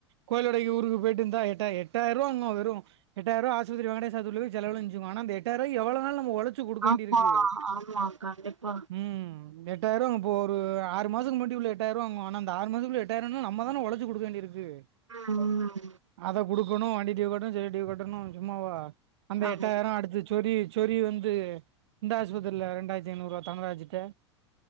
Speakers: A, on the right; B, on the right.
A: கோயிலுடைக்கு ஊருக்கு போயிட்டு இந்தா எட்டா எட்டாயிரம் ரூவா அங்க எட்டாய ரூவா ஆஸ்பத்ரி வாங்குனே சர்புர்னு செலவு அழிஞ்சு ஆனா அந்த எட்டயருவாக்கு எவ்ளவு நாள் உழச் உழச்சு குடுக்க
B: ஆமா
A: வேண்டியருக்கு
B: ஆமா கண்டிப்பா
A: ம் எட்டாயிர இப்போ ஒரு ஆறு மாசத்துக்கு முன்னாடி மட்டு உள்ள எட்டாயிரமவாங்க ஆன அந்த ஆறு மாசத்துள்ள எட்டாயிரம்ன்னா நம்ம தானே உழச்சு கொடுக்கவேண்டியிருக்கு
B: ம் ம்
A: அத கொடுக்கணு வண்ட டியு கட்டணு செடி கட்டணு சும்மாவா அந்த
B: ஆமா
A: எட்டாயிரோ அடுத்து சோரி சொரி வந்து இந்த ஆஸ்பத்திர்ல ரெண்டாயிரத்தி ஐநூறுவா தங்கராஜிட்ட